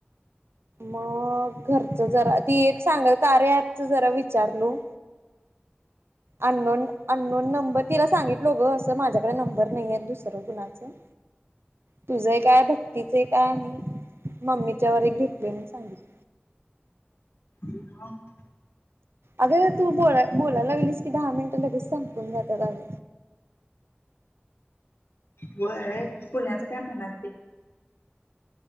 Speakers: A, on the right (about 80°); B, on the left (about 80°).
A: मग घरच जरा ती एक सांगल कार्या ॲपच जरा विचारलो. अननोन अननोन नंबर तिला सांगितल गं असं माझ्याकडे नंबर नाही आहे दुसरं कुणाच. स <inaudible> तुझं काय भक्तीच काय आहे मम्मीच्या व एक भेटले म्हणून सांगितले.
B: मग
A: अग तू बोलाय बोलायला लागेलीस की दहा मिनट लगेच संपून जातात अग.
B: होय पुण्याचं काय म्हणालती?